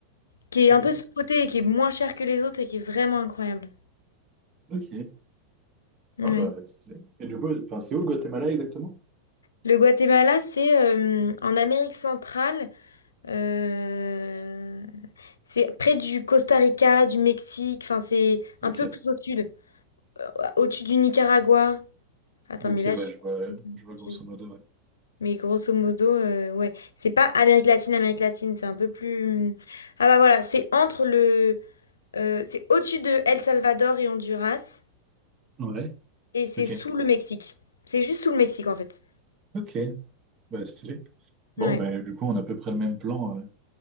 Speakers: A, on the left (about 70°); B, on the right (about 30°).
A: qui
B: Ouais.
A: est un peu sous-coté et qui est moins cher que les autres et qui est vraiment incroyable.
B: Ok.
A: Ouais.
B: Non, bah stylé. Et du coup, enfin, c'est où le Guatemala exactement?
A: Le Guatemala, c'est euh, en Amérique centrale. euh, c'est près du Costa Rica, du Mexique. Enfin, c'est
B: Ok.
A: un peu plus au sud. Au-dessus du Nicaragua. Attends,
B: Ok,
A: mais là,
B: ouais,
A: j'ai
B: je
A: dit
B: vois,
A: une
B: je vois grosso
A: bêtise.
B: modo, ouais.
A: Mais grosso modo, euh, ouais. C'est pas Amérique latine, Amérique latine, c'est un peu plus... hum. Ah bah voilà, c'est entre le... euh, c'est au-dessus de El Salvador et Honduras,
B: Ouais.
A: et c'est
B: Ok.
A: sous le Mexique. C'est juste sous le Mexique, en fait.
B: Ok, bah stylé. Bon,
A: Ouais.
B: bah du coup, on a à peu près le même plan. euh,